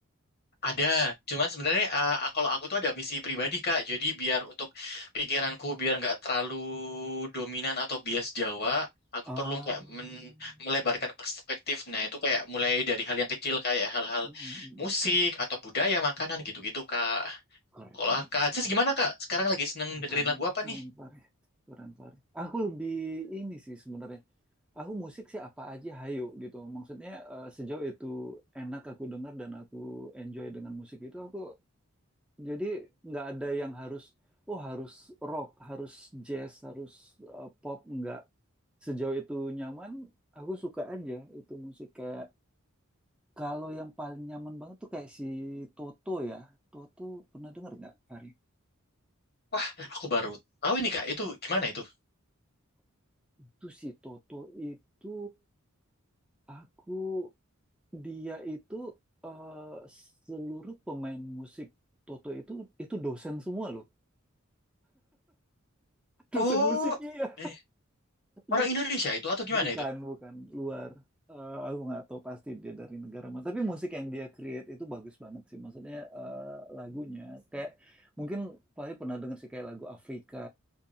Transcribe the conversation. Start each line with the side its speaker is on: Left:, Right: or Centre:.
Left: Ada, cuman sebenarnya uh, kalau aku tuh ada misi pribadi Kak. Jadi biar untuk pikiranku biar nggak terlalu dominan atau bias Jawa, aku
Centre: Ah,
Left: perlu kayak
Centre: mm,
Left: men- melebarkan perspektif. Nah itu kayak mulai dari hal yang kecil kayak hal-hal
Centre: mm, mm.
Left: musik atau budaya, makanan gitu-gitu Kak.
Centre: keren,
Left: Kalau
Centre: Fahri.
Left: Kak Aziz gimana Kak? Sekarang lagi seneng
Centre: Keren,
Left: dengerin lagu apa
Centre: keren
Left: nih?
Centre: Pare. Keren Pare. Aku lebih ini sih sebenarnya. Aku musik sih apa aja hayo gitu. Maksudnya eh, sejauh itu enak aku dengar dan aku enjoy dengan musik itu aku jadi nggak ada yang harus oh harus rock, harus jazz, harus eh, pop nggak. Sejauh itu nyaman, aku suka aja itu musik kayak kalau yang paling nyaman banget tuh kayak si Toto ya. Toto pernah denger nggak, Fari?
Left: Wah, aku baru tahu ini Kak. Itu gimana itu?
Centre: Itu si Toto itu Aku dia itu eh, seluruh pemain musik Toto itu itu dosen semua loh. <laughs> Dosen
Left: Oh,
Centre: musik iya.
Left: eh, orang
Centre: Jadi
Left: Indonesia itu atau gimana
Centre: bukan
Left: itu?
Centre: bukan luar. Eh, aku nggak tahu pasti dia dari negara mana. Tapi musik yang dia create itu bagus banget sih. Maksudnya eh, lagunya kayak mungkin paling pernah denger sih kayak lagu Afrika.